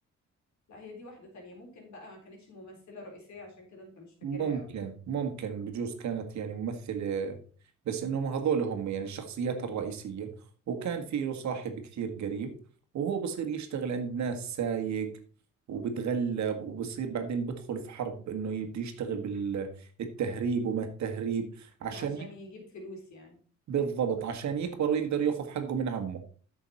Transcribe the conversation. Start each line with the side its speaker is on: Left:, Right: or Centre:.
Left: لا هي دي واحدة تانية ممكن بقى ما كانتش ممثلة رئيسية عشان كده انت مش فاكرها
Right: ممكن
Left: قوي
Right: ممكن بجوز كانت يعني ممثلة بس انهم هذول هم يعني الشخصيات الرئيسية وكان في له صاحب كثير قريب وهو بصير يشتغل عند ناس سايق وبتغلب وبصير بعدين بدخل في حرب انه يبدي يشتغل بالتهريب وما التهريب عشان
Left: عشان
Right: يك...
Left: يجيب فلوس يعني
Right: بالضبط عشان يكبر ويقدر ياخذ حقه من عمه